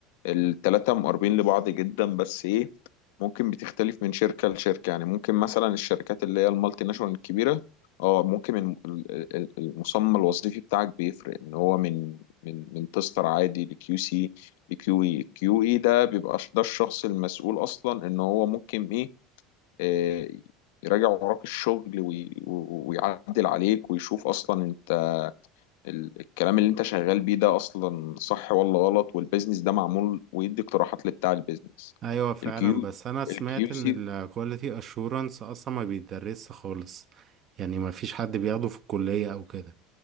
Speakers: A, on the left; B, on the right.
A: التلاتة مقربين لبعض جدا بس ايه ممكن بتختلف من شركة لشركة يعني ممكن مثلا الشركات اللي هي المالتي ناشونال الكبيرة اه ممكن الم- ال- ال- المسمى الوظيفي بتاعك بيفرق ان هو من من من تستر عادي لكيو سي بكيو اي الكيو اي ده بيبقى ش- ده الشخص المسؤول اصلا ان هو ممكن ايه آه، يراجع وراك الشغل وي- و- ويعدل عليك ويشوف اصلا انت ال- الكلام اللي انت شغال بيه ده اصلا صح ولا غلط والبيزنس ده معمول ويدي اقتراحات لبتاع البيزنس
B: ايوه فعلا
A: الكيو
B: بس انا سمعت
A: الكيو
B: ان
A: سي
B: الكواليتي اشورنس اصلا ما بيدرسش خالص يعني ما فيش حد بياخده في الكلية او كده